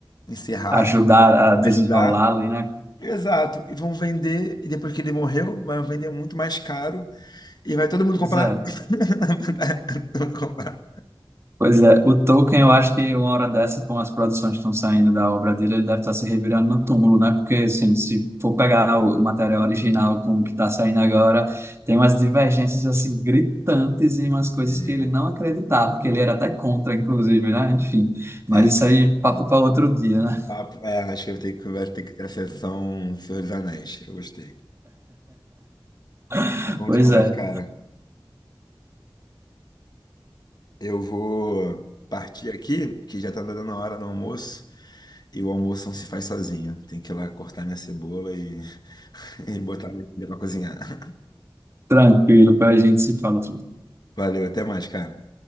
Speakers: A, on the left (about 50°); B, on the right (about 30°).
A: encerrar,
B: Ajudar a desenrolar
A: ajudar.
B: ali, né?
A: Exato. E vão vender, e depois que ele morreu, vai vender muito mais caro e vai todo mundo
B: Pois
A: comprar.
B: é.
A: <laughs> Todo mundo comprar.
B: Pois é, o Tolkien, eu acho que uma hora dessa, com as produções que estão saindo da obra dele, ele deve estar se revirando no túmulo, né? Porque, assim, se for pegar o o material original com o que está saindo agora, tem umas divergências, assim, gritantes e umas coisas
A: É,
B: que ele não acreditava, que ele era até contra, inclusive, né? Enfim,
A: é,
B: mas isso
A: cara.
B: aí, papo para outro dia, né?
A: Papo- é, acho que eu tenho que, vai ter que ter a sessão Senhor dos Anéis. Eu gostei.
B: <laughs>
A: Bom
B: Pois
A: demais,
B: é,
A: cara. Eu vou partir aqui, que já tá dando a hora do almoço. E o almoço não se faz sozinho. Tem que ir lá cortar minha cebola e, <laughs> e botar ele pra cozinhar. <laughs>
B: tranquilo, para a gente se fala outro
A: Valeu, até mais, cara.